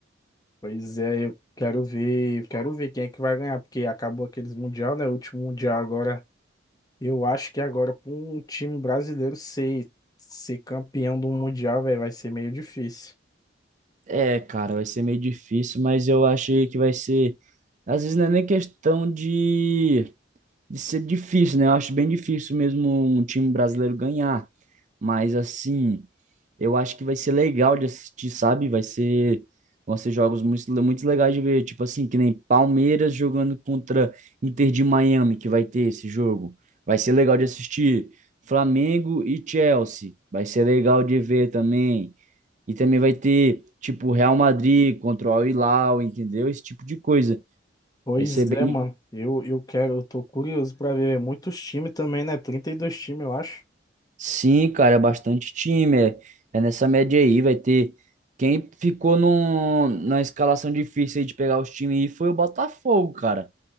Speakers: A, on the left (about 20°); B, on the right (about 40°).
A: Pois é, eu quero ver. eu Quero ver quem é que vai ganhar, porque acabou aqueles Mundial, né? O último Mundial agora. Eu acho que agora, pra um time brasileiro ser, ser campeão do Mundial, velho, vai ser meio difícil.
B: É, cara, vai ser meio difícil, mas eu achei que vai ser. Às vezes não é nem questão de, de ser difícil, né? Eu acho bem difícil mesmo um time brasileiro ganhar. Mas assim, eu acho que vai ser legal de assistir, sabe? Vai ser, vão ser jogos muito, muito legais de ver, tipo assim, que nem Palmeiras jogando contra Inter de Miami, que vai ter esse jogo. Vai ser legal de assistir. Flamengo e Chelsea, vai ser legal de ver também. E também vai ter, tipo, Real Madrid contra o Al Hilal, entendeu? Esse tipo de coisa.
A: Pois
B: Vai ser bem
A: é, mano. Eu, eu quero, eu tô curioso pra ver muitos times também, né? trinta e dois times, eu acho.
B: Sim, cara, é bastante time. É, é nessa média aí. Vai ter. Quem ficou no, na escalação difícil aí de pegar os times aí foi o Botafogo, cara.